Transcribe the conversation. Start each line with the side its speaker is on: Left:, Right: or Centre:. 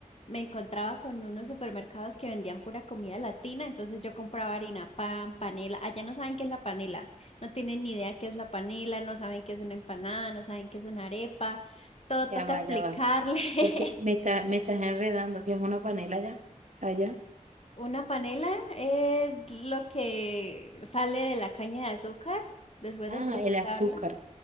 Left: me encontraba con unos supermercados que vendían pura comida latina, entonces yo compraba harina, pan, panela. Allá no saben qué es la panela, no tienen ni idea qué es la panela, no saben qué es una empanada, no saben qué es una arepa. Todo
Right: ya
Left: toca
Right: va,
Left: explicarles.
Right: ya va. Porque me
Left: <laughs>
Right: está- me estás enredando, que es una panela allá, allá.
Left: Una panela es lo que sale de la caña de azúcar después
Right: Ah,
Left: de procesarla.
Right: el azúcar.